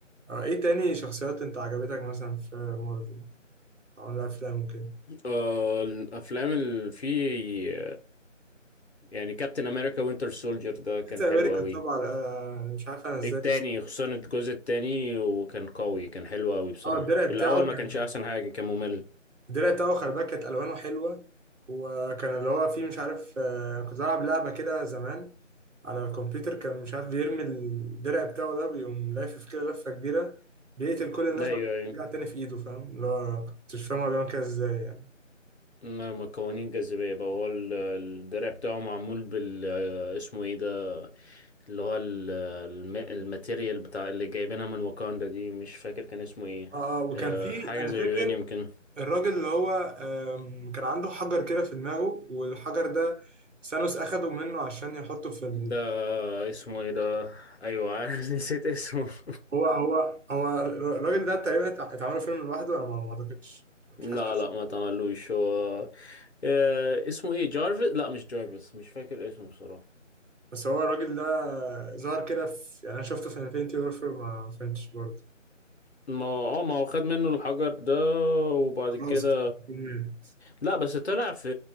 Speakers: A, on the right; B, on the left.
A: آه، إيه تاني شخصيات أنت عجبتك مثلا في مارفل عملوا أفلام وكده
B: آه الافلام اللي فيه يعني كابتن امريكا وينتر سولجر ده كان
A: كابتن
B: حلو
A: أمريكا
B: قوي
A: طبعا آه، مش عارف أنا إزاي
B: التاني
A: نسيت.
B: خصوصا الجزء التاني وكان قوي كان حلو قوي بصراحة
A: أه الدرع بتاعه
B: الأول ما
A: كان
B: كانش أحسن حاجة كان ممل
A: الدرع بتاعه خلي بالك كانت الوانه حلوه وكان اللي هو فيه مش عارف آه، كنت بلعب لعبه كده زمان على الكمبيوتر كان مش عارف بيرمي الدرع بتاعه ده بيقوم لافف كده لفه كبيره بيقتل كل الناس
B: أيوه
A: بعد كده
B: أيوه
A: بيرجع تاني في ايده فاهم اللي هو كنتش فاهم هو بيعمل كده ازاي يعني
B: ما ما قوانين الجاذبية بقى هو ال- الدرع بتاعه معمول بال آه، اسمه ايه ده اللي هو ال- الم- الماتيريال بتاع اللي جايبينها من واكاندا دي مش فاكر كان اسمه ايه
A: اه آه، وكان
B: آه،
A: في
B: حاجة
A: انا
B: زي
A: فاكر
B: يوني يمكن
A: الراجل اللي هو آم، كان عنده حجر كده في دماغه والحجر ده ثانوس اخده منه عشان يحطه في ال...
B: ده اسمه ايه ده ايوه <laughs> نسيت اسمه <laughs>
A: هو هو هو الراجل ده تقريبا اتع- اتعملوا فيلم لوحده انا ما ما اعتقدش
B: لا
A: مش حاسس
B: لا ما تعملوش هو آه، اسمه ايه جارفيس لا مش جارفيس مش فاكر اسمه بصراحة
A: بس هو الراجل ده ظهر كده في يعني انا شفته في انفينيتي وورفير ما فهمتش برضه
B: ما اه ما هو خد منه الحجر ده وبعد
A: خلاص
B: كده
A: مم.
B: لا بس طلع في